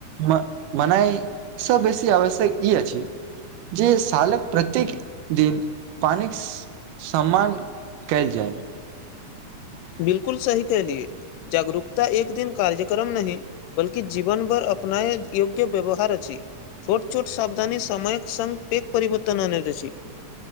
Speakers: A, on the right; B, on the left.
A: म मनाय सँ बेसी आवश्यक ई अछि जे सालक प्रत्येक दिन पानिक सम्मान कयल जाय
B: बिलकुल सही कहलिए जागरूकता एक दिन कार्यक्रम नहि बल्कि जीवन भर अपनाय योग्य व्यवहार अछि छोट छोट साावधानी सामयक संङघ पेघ परिवर्तन आनय अछी